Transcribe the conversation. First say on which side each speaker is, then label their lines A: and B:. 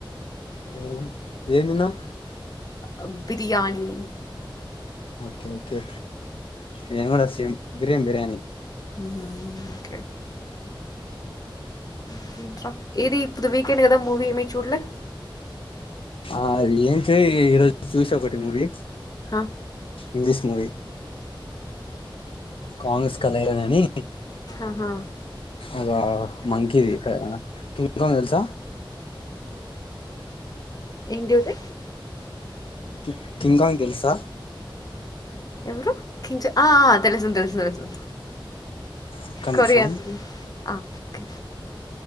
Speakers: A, on the left; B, on the left.
A: ఏం తిన్నావ్
B: ఆ బిర్యానీ
A: ఒకే ఒకే నేన్ కూడ సేమ్ బిర్ం బిర్యానీ
B: ఉహుహు ఓకె ఇంకేంట్రా ఏది ఇప్పుడు వీకెండ్ కదా మూవీ ఏమి చూ చూడలే
A: ఆ అ ఏం చె ఈరోజు చూస ఒకటి మూవి
B: హా
A: ఇంగ్లీస్ మూవీ కాంగ్రెస్ కదలనని
B: ఆహా
A: ఒక మంకిీది కదలోన సి మా తెల్సా?
B: ఏంటిపి
A: కి కింగ్కాంగ్ తెలుసా?
B: ఎవరు కింజ ఆ తెలుసుంది తెలుసు తెలుసు
A: ఒక్క
B: కొరియన్
A: నిమిషం
B: ఆ కె